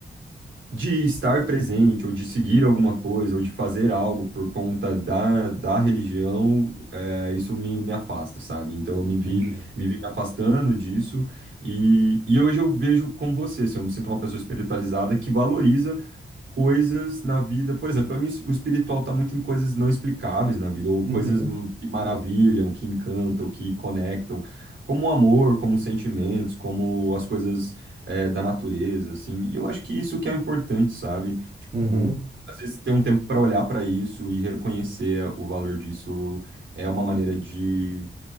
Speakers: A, on the right; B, on the right.
A: de estar presente, ou de seguir alguma coisa, ou de fazer algo por conta da, da religião, é, isso me, me afasta, sabe? Então eu me
B: Entendi.
A: vi, me vi me afastando disso, e, e hoje eu vejo como você, assim, eu me sinto uma pessoa espiritualizada que valoriza coisas na vida. Por exemplo, para mim o espiritual está muito em coisas não explicáveis na vida, ou
B: uhum,
A: coisas m- que maravilham, que encantam, que conectam, como o amor, como os sentimentos, como as coisas é, da natureza, assim. E eu acho que isso que é importante, sabe? Tipo,
B: uhum.
A: às vezes ter um tempo para olhar para isso e reconhecer o valor disso é uma maneira de,